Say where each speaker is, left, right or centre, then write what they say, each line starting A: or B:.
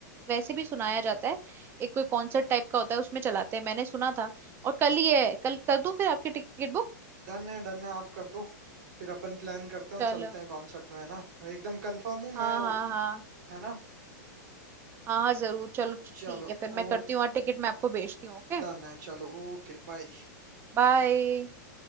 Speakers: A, on the right (about 20°); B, on the right (about 65°).
A: वैसे भी सुनाया जाता है एक कोई कॉन्सर्ट टाइप का होता है उसमें चलाते हैं मैंने सुना था और कल ही है कल कर दूं फिर आपकी टिकट बुक
B: डन है डन है आप कर दो फिर अपन प्लान करते हैं
A: चलो
B: और चलते हैं कॉन्सर्ट में है ना एकदम कंफर्म हूँ मैं
A: हाँ
B: ओ-
A: हाँ हाँ
B: है ना
A: हाँ हाँ जरूर चलो
B: चलो
A: ठीक है फिर मैं
B: ओ
A: करती हूँ और टिकट मैं आपको भेजती हूँ ओके
B: डन है चलो Okay bye
A: बाय